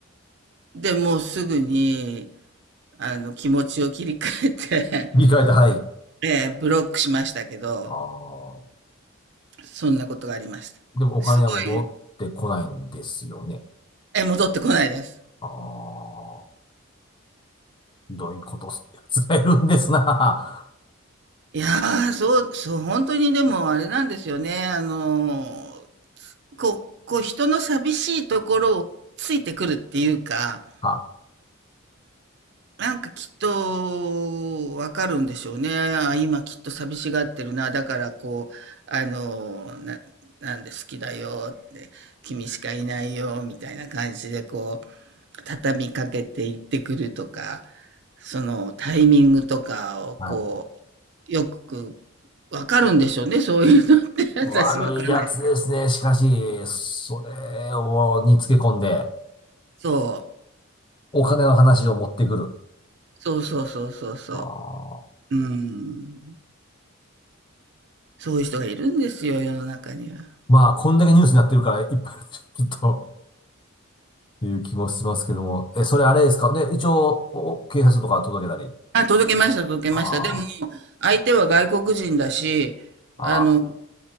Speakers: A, on the right; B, on the left.
A: ーで、もうすぐに、あの、気持ちを切り替えて、<laughs>
B: 理解だ、はい。
A: えーブロックしましたけど、
B: ああ。
A: そんなことがありました。
B: でもお金はもう持ってこないんですよね。
A: すごい。え、戻ってこないです。
B: ああ。ひどいことするやつがいるんですな。
A: いやー、そう、そう、本当にでもあれなんですよね。あのー、こうこう、人の寂しいところをついてくるっていうか、
B: <laughs> は、
A: なんかきっとわかるんでしょうね。あー今きっと寂しがってるな。だからこう、あのー、ななんで好きだよって、君しかいないよみたいな感じでこ畳みかけて行ってくるとか、そのタイミングとかをこ
B: はい。
A: う、よくわかるんでしょうね、そういうのって <laughs> 私わかんない。
B: 悪いやつですね。しかし、それを、につけ込んで、
A: そう。
B: お金の話を持ってくる。
A: そうそうそうそうそ
B: ああ。
A: う。うん。そういう人がいるんですよ、世の中には。
B: まあ、こんだけニュースになってるから、いっぱいあるきっと、という気もしますけども。え、それあれですかで、一応、お警察とか届けたり。
A: あ、届けました、届けました。
B: あ
A: でも、相手は外国人だし、
B: あ。
A: あの、